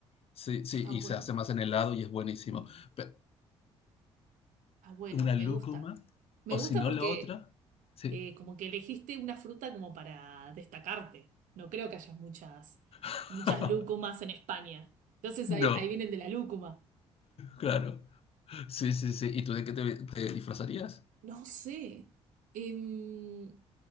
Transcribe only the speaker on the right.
está
bueno,
está bueno,
me
gusta. Me
gusta
porque
eh, como que elegiste una fruta como para destacarte. No creo que haya muchas,
muchas lúcumas en España. Entonces
ahí, ahí viene el de la lúcuma.
No sé. Em,